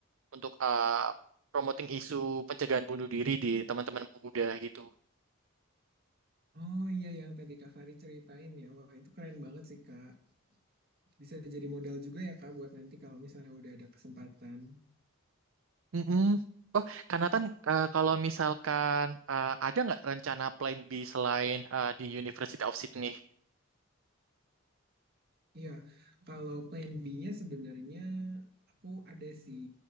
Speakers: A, on the right; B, on the right.
A: untuk eh, promoting isu pencegahan bunuh diri di teman-teman pemuda gitu.
B: Oh iya yang tadi Kak Fari ceritain ya. Wah itu keren banget sih Kak. bisa jadi modal juga ya Kak buat nanti kalau misalnya udah ada kesempatan.
A: Mm-mm. Oh, Kanatan. eh, kalau misalkan eh, ada nggak rencana plan B selain eh, di University of Sydney?
B: Iya, kalau plan B-nya sebenarnya aku ada sih.